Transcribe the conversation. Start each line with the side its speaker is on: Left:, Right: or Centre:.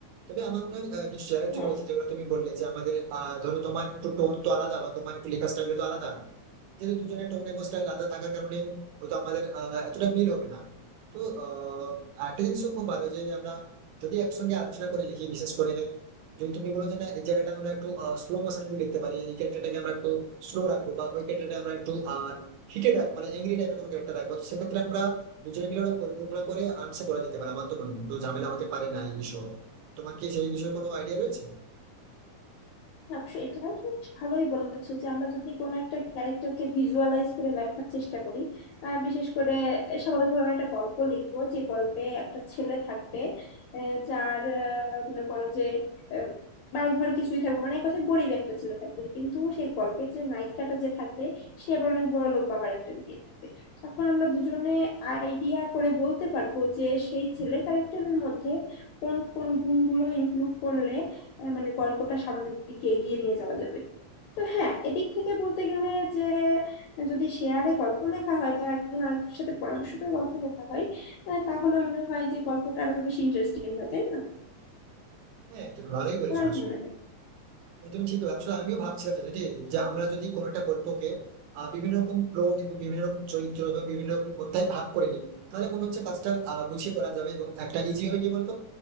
Right: তবে আমার মনে হয় আহ, কিছু চ্যালেঞ্জ
Left: হ্যাঁ
Right: রয়েছে যেগুলো তুমি বললে যে আমাদের আহ ধরো তোমার একটু টোন তো আলাদা বা তোমার একটু লেখার স্টাইল তো আলাদা যেহেতু দুজনের টোন এবং স্টাইল আলাদা থাকার কারণে হয়তো আমাদের আহ, এতটা মিল হবে না তো আহ, আরেকটা জিনিসও খুব ভালো যে আমরা যদি একসঙ্গে আলোচনা করে লিখি বিশেষ করে যদি তুমি বলো যে না এই জায়গাটা আমরা একটু স্লো মোশনে লিখতে পারি এই ক্যারেক্টারটাকে আমরা একটু স্লো রাখবো বা ওই ক্যারেক্টারটা আমরা একটু হিটেড রাখবো মানে এংরি টাইপের কোনো ক্যারেক্টার রাখবো তো সেক্ষেত্রে আমরা দুজনে মিলে ওটা পরিকল্পনা করে আরামসে করা যেতে পারে আমার তো মনে হয় তো ঝামেলা হতে পারে না এই বিষয়ে তোমার কি সেই বিষয়ে কোনো আইডিয়া রয়েছে
Left: হ্যাঁ, অবশ্য এটাও তুমি বেশ ভালোই বলেছো যে আমরা যদি কোনো একটা ক্যারেক্টারকে ভিজুয়ালাইজ করে লেখার চেষ্টা করি আহ, বিশেষ করে স্বাভাবিকভাবে আমরা একটা গল্প লিখবো যে গল্পে একটা ছেলে থাকবে আহ, যার আহ, মনে করো যে আহ, বাড়ি ঘর কিছুই থাকবে না মানে এক কথায় গরিব একটা ছেলে থাকবে কিন্তু সেই গল্পের যে নায়িকাটা যে থাকবে সে আবার অনেক বড় লোক বাবার একটা মেয়ে থাকবে তখন আমরা দুজনে আইডিয়া করে বলতে পারবো যে সেই ছেলে ক্যারেক্টারের মধ্যে কোন কোন গুণগুলো ইনক্লুড করলে আহ, মানে গল্পটা সামনের দিকে এগিয়ে নিয়ে যাওয়া যাবে তো হ্যাঁ এদিক থেকে বলতে গেলে যে যদি শেয়ারে গল্প লেখা হয় বা একজন আরেকজনের সাথে পরামর্শ করে গল্প লেখা হয় আহ, তাহলে মনে হয় যে গল্পটা আরো বেশি ইন্টারেস্টিং হয় তাই না
Right: হ্যাঁ তুমি ভালোই বলেছো
Left: তোমার
Right: আসলে
Left: কি মনে হয়
Right: না, তুমি ঠিক বলে আসলে আমিও ভাবছিলাম এটা ঠিক, যে আমরা যদি কোনো একটা গল্পকে আহ, বিভিন্ন রকম প্লট এবং বিভিন্ন রকম চরিত্র এবং বিভিন্ন রকম অধ্যায় ভাগ করে নিই তাহলে মনে হচ্ছে কাজটা আহ, গুছিয়ে করা যাবে এবং একটা ইজি হবে কি বলতো